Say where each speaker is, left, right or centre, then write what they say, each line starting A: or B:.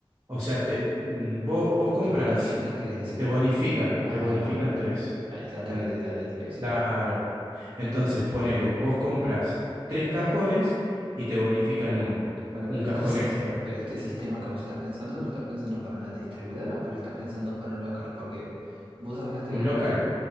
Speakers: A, on the right; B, on the right.
A: o sea, te, mm, vos, vos compras,
B: Te bonifican, quieres decir.
A: te bonifican,
B: Ahí
A: te bonifican
B: va.
A: tres.
B: Ahí el ataque
A: En-
B: de la dislexia.
A: Claro. Entonces, ponele, vos compras tres cajones y te bonifican uno,
B: Bueno,
A: un
B: pero
A: cajón
B: este, es,
A: extra,
B: es- pero este sistema que vos estás pensando, ¿lo estás pensando para una distribuidora o lo estás pensando para un local? Porque vos hablaste
A: un
B: que
A: local.
B: tú,